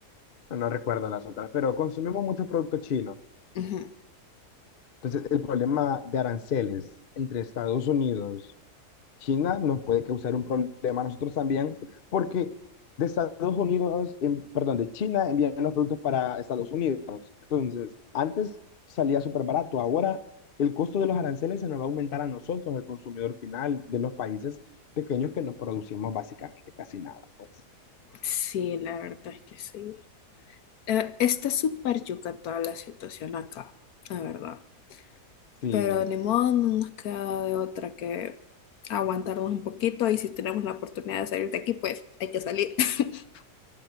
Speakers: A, on the left; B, on the left.
A: no recuerdo las otras, pero consumimos muchos productos chinos.
B: Ujú.
A: Entonces, el problema de aranceles entre Estados Unidos China nos puede causar un problema a nosotros también, porque de Estados Unidos, en- perdón, de China envían los productos para Estados Unidos. Entonces, antes salía súper barato, ahora el costo de los aranceles se nos va a aumentar a nosotros, el consumidor final de los países pequeños que nos producimos básicamente casi nada, pues.
B: Sí, la verdad es que sí. Eh, está súper yuca toda la situación acá, la verdad.
A: Sí,
B: Pero ni modo, no nos queda de otra que aguantarnos un poquito y si tenemos la oportunidad de salir de aquí, pues hay que salir. <laughs>